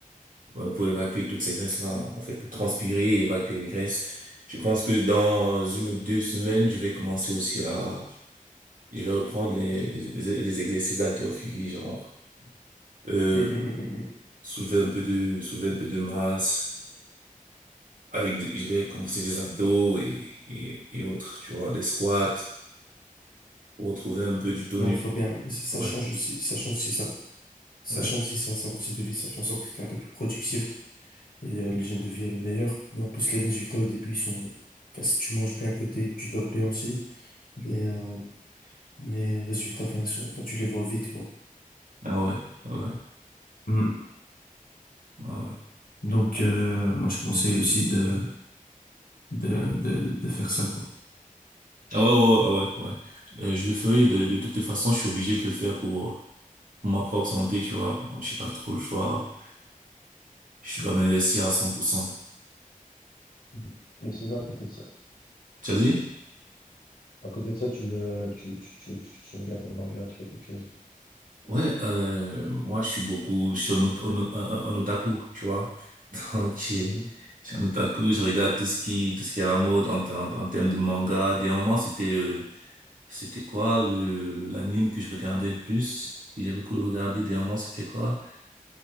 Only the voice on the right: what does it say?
voilà, pour évacuer toutes ces graisses-là, en fait, pour transpirer et évacuer les graisses. Je pense que dans une ou deux semaines, je vais commencer aussi à, je vais reprendre les, les, les exercices d'haltérophilie, genre, euh,
soulever un peu de, soulever un peu de masse. Avec, je vais commencer des abdos et, et, et autres, tu vois, des squats pour retrouver un peu du tonus.
Ouais.
Ouais.
Ah ouais, ah ouais,
ah ouais.
Ah ouais, ouais, ouais, ah ouais. ouais. Euh, je le ferai de, de toutes les façons, je suis obligé de le faire pour, euh, pour ma propre santé, tu vois. Donc, j'ai pas trop le choix. Je dois m'investir à 100%.
Tu as dit?
Ouais, euh, moi, je suis beaucoup, sur un, ot- un, un- un otaku, tu vois. <laughs> Donc, j'ai-
je suis un otaku, je regarde tout ce qui, tout ce qui est à la mode en, en, en termes de manga. Des moments, c'était, euh, c'était quoi, euh, l'anime que je regardais le plus, que j'ai beaucoup regardé. Des moments, c'était quoi?